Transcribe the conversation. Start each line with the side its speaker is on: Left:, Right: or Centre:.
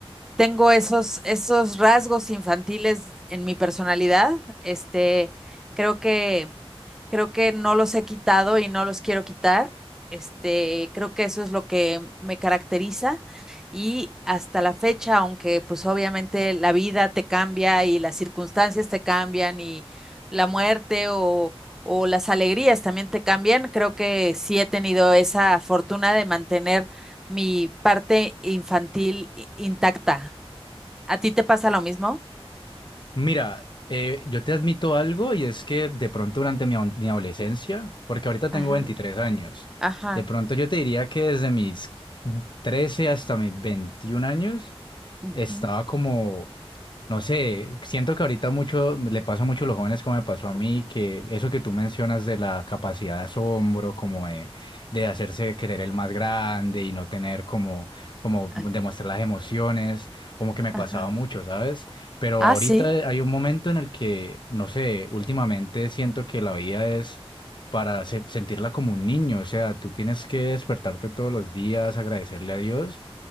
Centre: tengo esos, esos rasgos infantiles en mi personalidad. Este, creo que, creo que no los he quitado y no los quiero quitar. Este, creo que eso es lo que me caracteriza y hasta la fecha, aunque pues obviamente la vida te cambia y las circunstancias te cambian y la muerte o, o las alegrías también te cambian, creo que sí he tenido esa fortuna de mantener mi parte infantil i- intacta. ¿A ti te pasa lo mismo?
Left: Mira, eh, yo te admito algo y es que de pronto durante mi, ad- mi adolescencia, porque ahorita tengo
Centre: Ajá,
Left: 23 años,
Centre: ajá,
Left: de pronto yo te diría que desde mis 13 hasta mis 21 años,
Centre: ujú,
Left: estaba como, no sé, siento que ahorita mucho le pasa mucho a los jóvenes como me pasó a mí, que eso que tú mencionas de la capacidad de asombro, como de, de hacerse querer el más grande y no tener como, como demostrar
Centre: a-
Left: las emociones, como que me pasaba
Centre: ajá.
Left: mucho, ¿sabes? Pero
Centre: Ah,
Left: ahorita
Centre: sí,
Left: hay un momento en el que, no sé, últimamente siento que la vida es para se- sentirla como un niño, o sea, tú tienes que despertarte todos los días, agradecerle a Dios